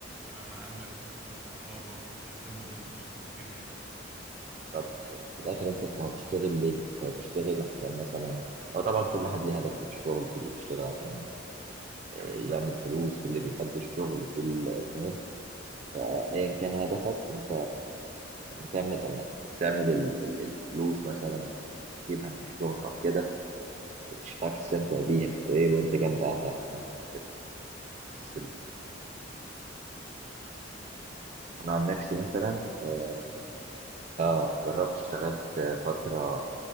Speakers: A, in the centre; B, on the right (about 35°).
A: تبقى مع أهلك أكتر وأصحابك وتهتم بالأسرة وكده يعني
B: طب يعني في الاخر انت بت- هتشتغل ليه أنت هتشتغل عشان مثلا هو طبعا كل واحد ليه هدف في الشغل في اللي بيشتغل عشان آه، يعمل فلوس في اللي بيحب الشغل في ال- فاهم فايا كان هدفك انت لما تعمل لما تعمل ال- ال- الفلوس مثلا تجيبها من الشغل او كده مش عارف تستمتع بيها غير وانت جنب اهلك جنب أسرتك. بس انا عن نفسي مثلا اه
A: مم.
B: آه، جربت اشتغلت آه، فتره